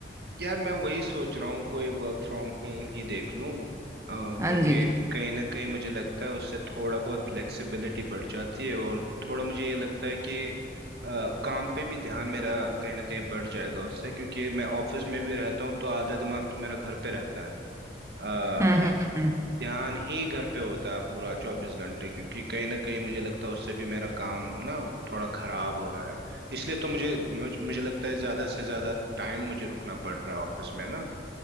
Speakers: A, on the right; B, on the right.
A: यार मैं वही सोच रहा हूँ कोई वर्क फ्रॉम होम ही देख लूँ अ,
B: हाँ
A: क्योंकि
B: जी
A: कहीं ना कहीं मुझे लगता है उससे थोड़ा बहुत फ्लेक्सिबिलिटी बढ़ जाती है और थोड़ा मुझे ये लगता है कि अ, काम पे भी ध्यान मेरा कहीं ना कहीं बढ़ जाएगा उससे क्योंकि मैं ऑफिस में भी रहता हूँ तो आधा दिमाग तो मेरा घर पे रहता है अ,
B: हम्म हम्म हम्म,
A: ध्यान ही घर पे होता है पूरा चौबीस घंटे क्योंकि कहीं ना कहीं मुझे लगता है उससे भी मेरा काम ना थोड़ा खराब हो रहा है इसलिए तो मुझे मुझे, मुझे लगता है ज्यादा से ज्यादा टाइम मुझे रुकना पड़ रहा है ऑफिस में ना